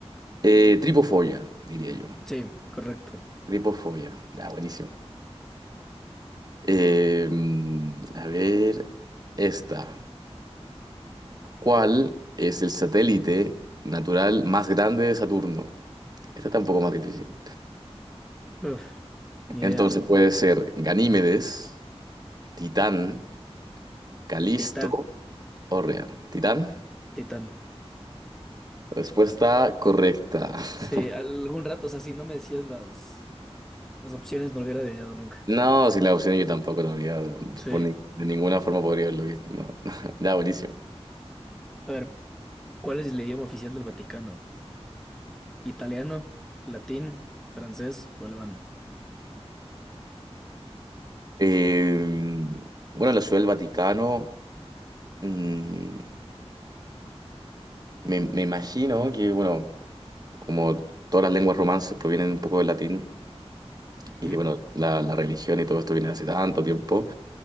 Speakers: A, on the right; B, in the centre.
A: Eh, tripofobia, diría yo.
B: Sí, correcto.
A: Tripofobia, ya, buenísimo. Eh, a ver, esta. ¿Cuál es el satélite natural más grande de Saturno? Esta está un poco más difícil.
B: Uf, ni
A: Entonces
B: idea.
A: Mm. puede ser Ganímedes, Titán, Calisto
B: Titán,
A: o Rea. ¿Titán?
B: Titán.
A: Respuesta correcta. <laughs>
B: Sí, algún rato, o sea, si no me decías las, las opciones, no lo hubiera adivinado nunca.
A: No, sin la opción yo tampoco lo habría,
B: Sí.
A: por ni- de ninguna forma podría haberlo visto. No. <laughs> Ya, buenísimo.
B: A ver, ¿cuál es el idioma oficial del Vaticano? ¿Italiano, latín, francés o alemán?
A: Eh, bueno, la Ciudad del Vaticano, mm, me, me imagino que, bueno, como todas las lenguas romances provienen un poco del latín, Y
B: Ujú.
A: bueno, la, la religión y todo esto viene hace tanto tiempo.